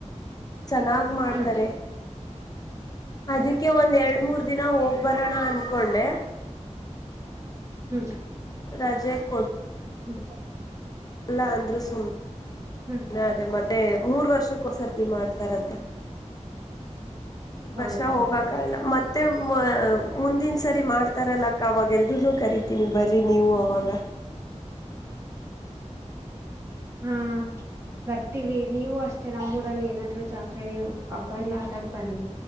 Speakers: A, on the left (about 30°); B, on the right (about 25°).
A: ಚೆನ್ನಾಗ್ ಮಾಡ್ತಾರೆ
B: ಹ್ಮ್ ಹ್ಮ್
A: ಅದಕ್ಕೆ ಒಂದ್ ಎರಡ್ ಮೂರ್ ದಿನ ಹೋಗ. ಬರೋಣ ಅಂದ್ಕೊಂಡೆ.
B: ಹ್ಮ್.
A: ರಾಜೆ ಕೊಟ್.
B: ಹ್ಮ.
A: ಅಲ್ಲ ಅಂದ್ರ ಸುಮ್.
B: ಹ್ಮ್
A: ಹ ಅದೇ ಮತ್ತೆ. ಮೂರ್ ವರ್ಷಕ್ಕೋ ಒಂದು ಸರ್ತಿ ಮಾಡ್ತಾರಂತೆ. ಈ
B: ಹೌದಾ
A: ವರ್ಷ ಹೋಗಕಾಗಿಲ್ಲ. ಮತ್ತೆ ಮುಂದಿನ ಸರಿ ಮಾಡ್ತಾರಲ್ಲಕ್ಕ ಅವವಾಗೆಲ್ರೂ ಕರಿತೀನಿ ಬರಿ ನೀವು ಅವವಾಗ.
B: ಹ್ಮ್. ಬರ್ತೀವಿ ನೀವು ಅಷ್ ಕೆ ನಮ್ಮೂರಲ್ಲಿ ಏನಾದ್ರು ಜಾತ್ರೆು ಹಬ್ಬ ಎಲ್ಲ ಆದಗ್ಬನ್ನಿ